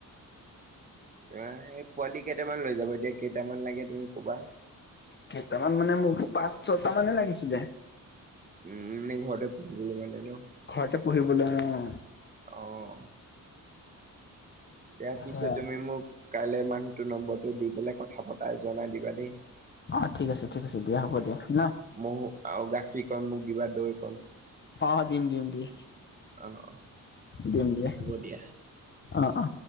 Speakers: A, on the right; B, on the left.
A: অ', পোৱালি কেইটামান লৈ যাবা দিয়া, কেইটামান লাগে তুমি ক'বা।
B: কেইটামান মানে মোক পাঁচ ছটা মানে লাগিছিলে
A: উম এনে ঘৰতে পঢ়িবলে মানে ন
B: ঘৰতে পঢ়িবলে অ,
A: অঁ, দিয়া
B: অ
A: পিছে
B: অ
A: তুমি মোক কাইলৈ মানুহটোৰ নম্বৰটো দি পেলাই কথা পতাই জনাই দিবা দেই।
B: অ ঠিক আছে ঠিক আছে দিয়া হ'ব দিয়া ন
A: মু আৰু গাখীৰ কণ মোক দিবা দৈ কণ।
B: অ দিম দিম দিয়ে
A: অ অ
B: দিম দিয়ে
A: হ'ব দিয়া
B: অ অ